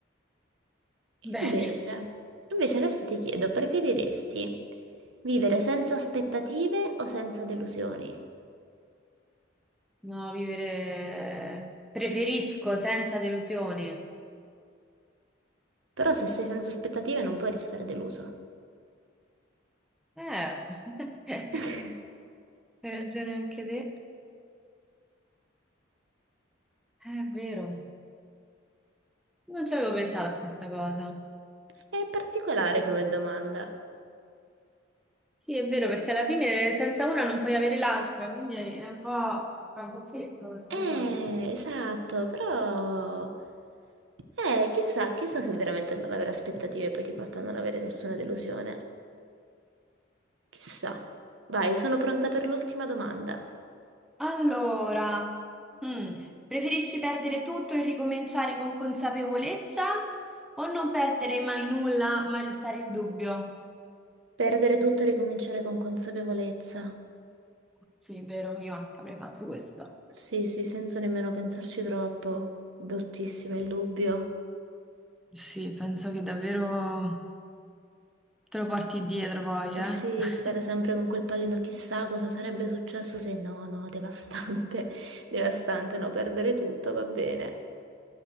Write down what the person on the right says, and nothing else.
E
Invece, invece adesso ti chiedo, preferiresti vivere senza aspettative o senza delusioni?
Però se sei senza aspettative non puoi restare deluso.
<laughs>
È particolare
come domanda.
Eh,
esatto, però... Eh, chissà, chissà se veramente non avere aspettative poi ti porta a non avere nessuna delusione. Chissà. Vai, sono pronta per l'ultima domanda.
Perdere tutto e ricominciare con consapevolezza.
Sì, sì, senza nemmeno pensarci troppo. Bruttissimo il dubbio.
Eh
sì,
stare sempre con quel pallino, chissà cosa sarebbe successo se no, no, devastante, <laughs> devastante, no, perdere tutto, va bene.